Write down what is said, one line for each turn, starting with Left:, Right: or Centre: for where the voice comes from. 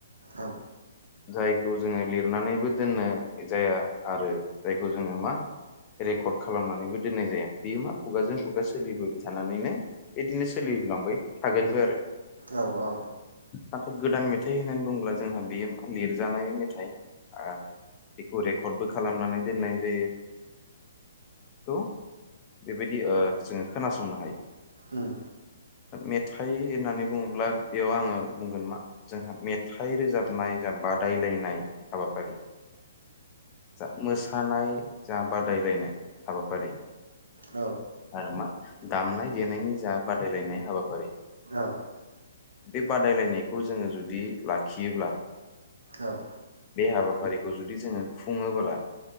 Right: औ
Left: जाय खौ जोङो लिरनानैबो दोननाय जाया आरो जायखौ जोङो मा रेकर्ड खालामनानैबो दोननाय जाया। बेयो मा खुगाजों खुगा सोलिबो थानानैनो बिदिनो सोलिलांबाय थागोनबो आरो।
Right: औ औ।
Left: नाथाय गोदान मेथाइ होननानै बुङोब्ला जोंहा बेयो मा लिरजानाय मेथाइ ओ बेखौ रेकर्डबो खालामनानै दोननाय जायो। बेखौ बेबायदि ओ जोङो खोनासंनो हायो।
Right: उम।
Left: मेथाइ होननानै बुङोब्ला बेयाव आङो बुंगोन मा। जोंहा मेथाइ रोजाबनाय जा बादायलायनाय हाबाफारि जा मोसानाय जा बादायलायनाय हाबाफारि।
Right: औ
Left: आरो मा। दामनाय देनायनि जा बादायलायनाय हाबाफारि।
Right: औ।
Left: बे बादायलायनाय खौ जोङो जुदि लाखियोब्ला।
Right: औ।
Left: बे हाबाफारिखौ जुदि जोङो खुङोबोला।